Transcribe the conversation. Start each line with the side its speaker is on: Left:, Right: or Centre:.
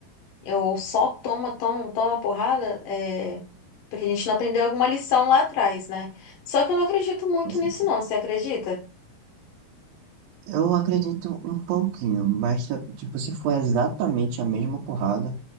Left: Eu só toma, toma, toma porrada, é, porque a gente não aprendeu alguma lição lá atrás, né? Só que eu não acredito muito
Right: com certeza.
Left: nisso, não. Você acredita?
Right: Eu acredito um pouquinho, mas ta- tipo, se for exatamente a mesma porrada,